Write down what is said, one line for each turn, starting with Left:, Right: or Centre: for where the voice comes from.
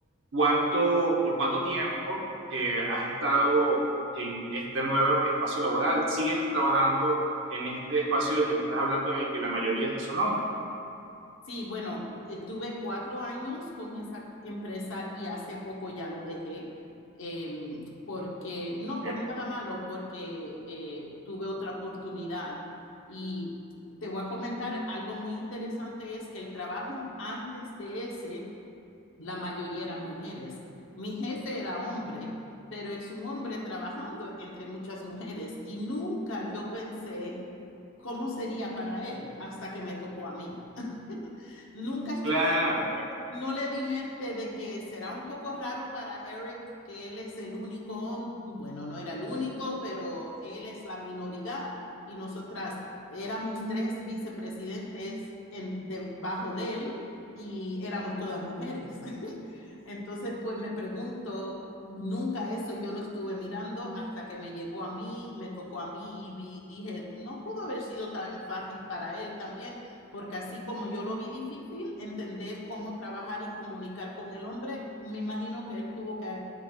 Right: cuánto, por cuánto tiempo eh, has estado en este nuevo espacio laboral, sigues trabajando en este espacio del que me estás hablando en el que la mayoría son hombres.
Left: Sí, bueno, estuve cuatro años con esa empresa y hace poco ya lo dejé, eh, porque, no
Right: Okay.
Left: por nada malo, porque eh, tuve otra oportunidad. Y te voy a comentar algo muy interesante, es que el trabajo antes de ese, la mayoría eran mujeres. Mi jefe era hombre, pero es un hombre trabajando entre muchas mujeres y nunca yo pensé cómo sería para él hasta que me tocó a mí. Nunca estuve,
Right: Claro,
Left: no le di mente de que será un poco raro para Eric que él es el único, hom- bueno, no era el único, pero él es la minoridad y nosotras éramos tres vicepresidentes en- debajo de él y éramos todas mujeres. <laughs> Entonces, pues me pregunto, nunca eso yo lo estuve mirando hasta que me llegó a mí, me tocó a mí y vi- dije, no pudo haber sido tan fácil para él también, porque así como yo lo vi difícil, entender cómo trabajar y comunicar con el hombre, me imagino que él tuvo que